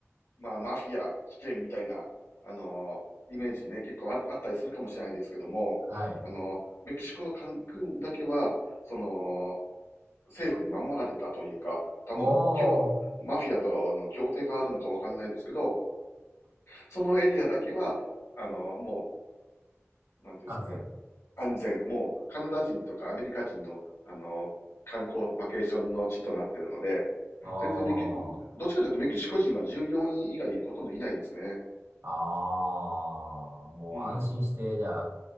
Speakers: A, on the left (about 75°); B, on the right (about 70°).
A: まあ、マフィア、危険みたいな、あの、イメージね、結構あ、あったりするかもしれないですけども、
B: はい。
A: あの、メキシコのカンクンだけは、その、政府に守られたというか、多分、
B: お
A: 協マフィアとの協定があるのかわかんないですけど、
B: ー、
A: そのエリアだけは、あの、もう、なんていうんですかね、
B: 安全。
A: 安全、もうカナダ人とかアメリカ人の、あの、観光バケーションの地となっているので、
B: ああ。
A: 全然メキ、どっちかというとメキシコ人は従業員以外ほとんどいないですね。
B: ああ、もう安心して、
A: うん。
B: じゃあ、